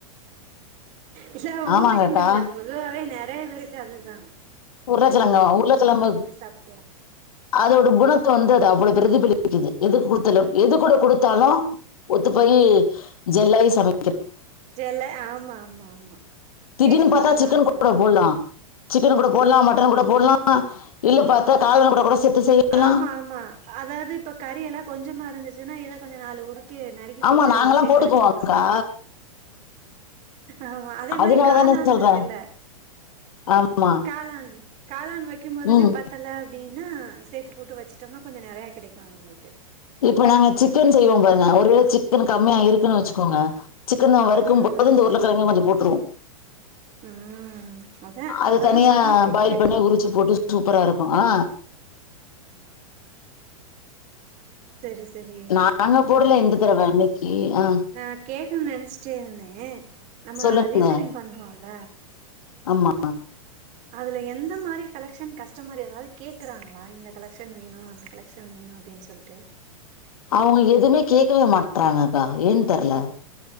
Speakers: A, on the right (about 40°); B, on the left (about 75°).
A: இல்ல உங்களுக்குன்னு
B: ஆமாங்கக்கா
A: இல்ல பொதுவாவே நே நெறைய பேருக்கு அது தா
B: உருளக்கிழங்க உருளக்கிழங்க
A: சாப்ட்ருவோ
B: அதோட குண வந்து அது அவ்ள பிரதிபலிக்குது எது குடுத்தாலு எது கூட குடுத்தாலு ஒத்து போயி ஜெல்லாயி சமை
A: ஜெல்லாயி ஆமா ஆமா ஆமா
B: திடீன்
A: டேஸ்ட்டு
B: பாத்தா
A: நல்லா
B: சிக்கன்
A: இருக்கு
B: கூட போட்லா சிக்கன் கூட போட்லா
A: ம்
B: மட்டன் கூட போட்லா இல்ல பாத்தா <unintelligible> கூட கூட சேர்த்து செய்யலாம்
A: ஆமா ஆமா அதாது இப்ப கறியெல்லா கொஞ்சமா இருந்துச்சுன்னா இத கொஞ்ச நாலு உரு டி நறுக்கி
B: ஆமா
A: போட்டு
B: நாங்கெல்லாம்
A: சேத்து
B: போட்டுக்குவோம்க்கா
A: வச்சு உட்டுர்லா ஆமா அதே
B: அதனால
A: மாரி காளான்
B: தானே சொல்றேன்
A: இருக்குல்ல
B: ஆமா
A: காளான் காளான் வைக்கும் போதுமே
B: ம்
A: பத்தல ன்னா சேத்து போட்டு வச்சுட்டோம்னா கொஞ்ச நறைய கடைக்கு நம்மளுக்கு
B: இப்ப நம்ம சிக்கன் செய்வோ பாருங்க ஒருவேல சிக்கன் கம்மியா இருக்குன்னு வச்சுக்கோங்க சிக்கன வறுக்கும்போது
A: ம் ம்
B: இந்த உருளக்கிழங்கயு கொஞ்ச போட்ருவோ
A: ம் அதா
B: அது
A: அதெல்லா
B: தனியா
A: சமையல் ட்ரிக்கு
B: பாயில் பண்ணி உரிச்சு போட்டு சூப்பரா இருக்கு ஆ
A: செரி செரி
B: நாங்க போடல இந்த தடவ இன்னைக்கு ஆ
A: நான் கேட்கனு நினைச்சுட்டே இருந்தே நம்ம
B: சொல்லுங்க
A: ரீசேலிங் பண்றோல
B: ஆமா
A: அதுல எந்த மாரி கலெக்ஷன் கஷ்டமர் எதாவது கேக்குறாங்களா இந்த கலெக்ஷன் வேணு அந்த கலெக்ஷன் வேணு அப்டின் சொல்ட்டு
B: அவங்க எதுமே கேக்கவே மாட்றாங்கக்கா ஏன்னு தெர்ல